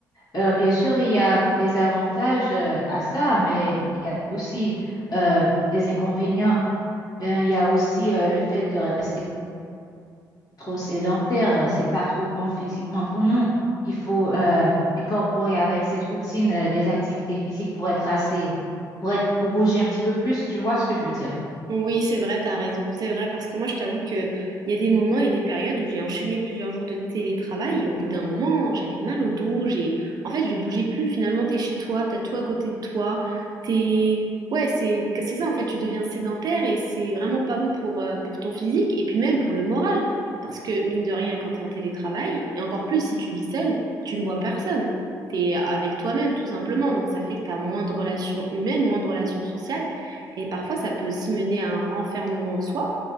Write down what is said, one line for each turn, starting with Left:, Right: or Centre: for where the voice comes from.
Left: Euh, bien sûr, il y a des avantages euh, à ça, mais il y a aussi euh, des inconvénients. Ben, il y a aussi euh, le fait de rester trop sédentaire. euh, C'est pas trop bon physiquement pour nous. Il faut euh, incorporer avec cette routine euh, des activités physiques pour être assez, pour être, pour bouger un petit peu plus. Tu vois ce que je veux dire?
Right: Oui, c'est vrai, t'as raison. C'est vrai, parce que moi, je t'avoue que il y a des moments, il y a des périodes où j'ai enchaîné plusieurs jours de télétravail et au bout d'un moment, j'avais mal au dos. J'ai, en fait, je bougeais plus. Finalement, t'es chez toi, t'as tout à côté de toi. T'es, ouais, c'est, c'est ça en fait. Tu deviens sédentaire et c'est vraiment pas bon pour euh, pour ton physique et puis même pour le moral, parce que mine de rien, quand t'es en télétravail et encore plus si tu vis seul, tu ne vois personne. T'es avec toi-même tout simplement, donc ça fait que t'as moins de relations humaines, moins de relations sociales. Et parfois, ça peut aussi mener à un renfermement de soi